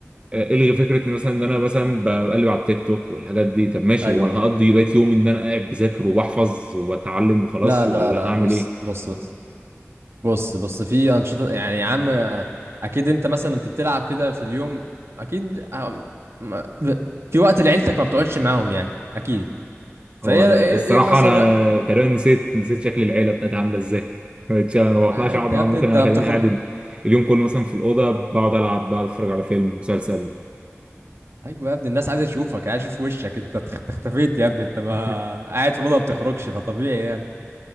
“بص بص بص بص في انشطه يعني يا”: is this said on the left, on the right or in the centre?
Right